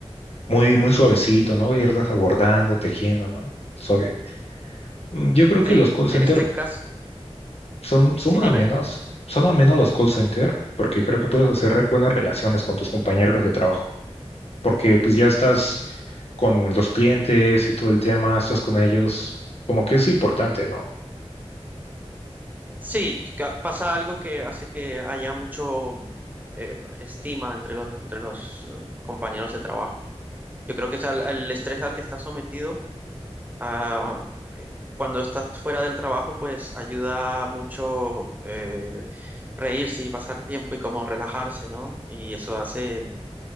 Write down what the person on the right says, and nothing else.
<laughs>
sí,
en
este caso,
sí, dime.
Sí, ca- pasa algo que hace que haya mucho mm, eh, estima entre los, entre los eh, compañeros de trabajo. Yo creo que es al- el estrés al que estás sometido, ah, cuando estás fuera del trabajo, pues ayuda mucho eh, reírse y pasar tiempo y como relajarse, ¿no? Y eso hace mm,